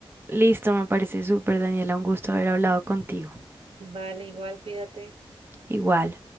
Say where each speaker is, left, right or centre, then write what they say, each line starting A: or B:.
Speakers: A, on the right; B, on the right.
A: Listo, me parece súper, Daniela. Un gusto haber hablado contigo.
B: Vale, igual, cuídate.
A: Igual.